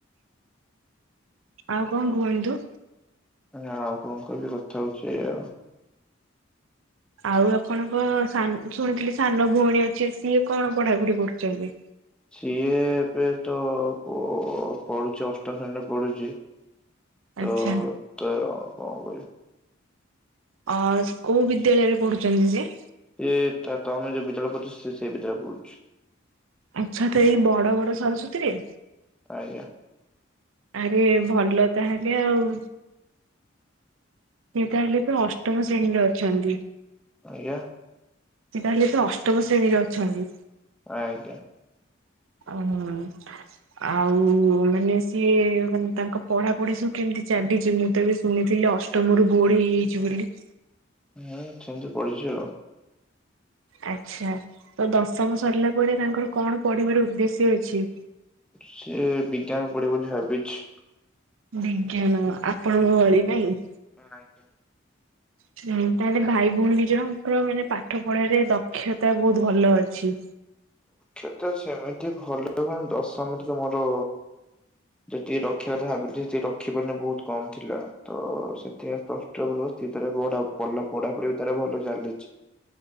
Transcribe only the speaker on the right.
ଆଉ କଣ କୁହନ୍ତୁ?
ଆଉ ଆପଣଙ୍କ ସାନ୍ ଶୁଣିଥିଲି ସାନ ଭଉଣୀ ଅଛି ସିଏ କଣ ପଢାପଢି କରୁଛନ୍ତି?
ଆଚ୍ଛା
ଅ-ଅ କୋଉ ବିଦ୍ୟାଳୟରେ ପଢୁଛନ୍ତି ସେ?
ଆଚ୍ଛା ତ ଏଇ ବଡ ବଡ ସରସ୍ୱତୀରେ?
ଆରେ ଭଲ ତାହେଲେ ଆଉ। ସେ ତାହେଲେ ଏବେ ଅଷ୍ଟମ ଶ୍ରେଣୀରେ ଅଛନ୍ତି?
ସେ ତାହେଲେ ଏବେ ଅଷ୍ଟମ ଶ୍ରେଣୀରେ ଅଛନ୍ତି?
ଉଁ-ଉଁ-ଉଁ। ଆଉ-ଉ-ଉ-ଉ ମାନେ ସିଏ ମାନେ ତାଙ୍କ ପଢାପଢି ସବୁ କେମିତି ଚାଲିଛି ମୁଁ ତ ଏବେ ଶୁଣିଥିଲି ଅଷ଼୍ ଟମ୍ ରୁ ବୋର୍ଡ ହେଇଯାଇଛି ବୋଲି?
ଆଚ୍ଛା, ତ ଦଶମ ସରିଲା ପରେ ତାଙ୍କର କଣ ପଢିବାର ଉଦ୍ଦେଶ୍ୟ ଅଛି?
ବିଜ୍ଞାନ, ଆପଣଙ୍କ ଭଳି ନାଇଁ?
ହୁଁ, ତାହେଲେ ଭାଇ ଭଉଣୀ ଦି ଜଣଙ୍କର ମାନେ ପାଠ ପଢାରେ ଦକ୍ଷତା ବହୁତ୍ ଭଲ ଅଛି।